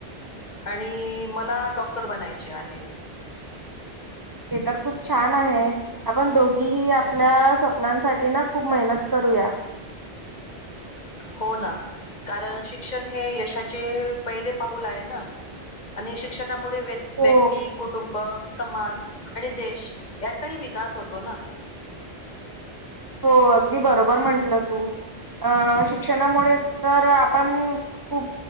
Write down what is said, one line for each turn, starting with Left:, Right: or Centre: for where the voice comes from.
Left: आणि मला डॉक्टर बनायची आहे
Right: हे तर खूप छान आहे आपण दोघी ही आपल्या स्वप्नांसाठी ना खूप मेहनत करू तू या
Left: हो ना कारण शिक्षण हे यशाचे पहिले पाऊल आहे ना. आणि शिक्षणामुळे व
Right: हो.
Left: व्यक्ती कुटुंब.. समाज आणि देश यांचाही विकास होतो ना.
Right: हो अगदी बरोबर म्हंटलं तू. अ शिक्षणामुळे तर आपण खूप